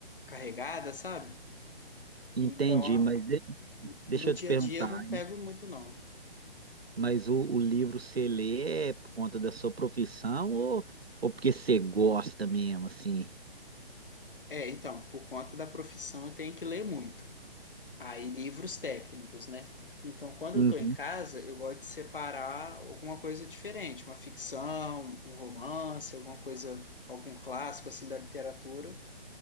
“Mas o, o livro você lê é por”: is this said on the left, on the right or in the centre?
Right